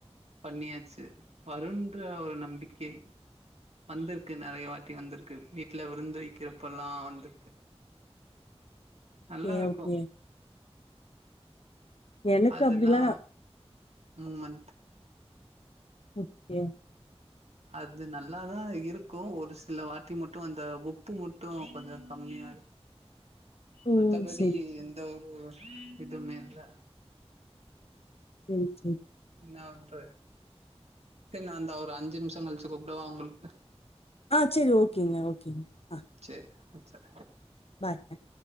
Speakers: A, on the right; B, on the left.
A: பண்ணியாச்சு வருன்ற ஒரு நம்பிக்கை வந்துருக்கு நெறய வாட்டி வந்துருக்கு வீட்ல விருந்து வக்கிறப்ப எல்லா வந்துருக்கு நல்லா
B: ஓகே,
A: இருக்கு
B: ஓகே. எனக்கு
A: அதெல்லா
B: அப்டிலாம்
A: மூமந்த்
B: ஓகே
A: அது நல்லாதா இருக்கு ஒரு சில வாட்டி மட்டு அந்த உப்பு மட்டு கொஞ்ச கம்மியா இரு
B: ஓ!
A: மத்தபடி
B: சரி,
A: எந்த ஒரு இதுமே இல்ல
B: ம் ம்
A: என்னா வண்ற சரி நா அந்தா ஒரு அஞ்சு நிமிஷ கழுச்சு கூப்டவா ஒங்களுக்கு
B: ஆ சேரி ஓகேங்க ஓகேங்க ஆ
A: சேரி வச்சர்றே
B: பாய் பாய்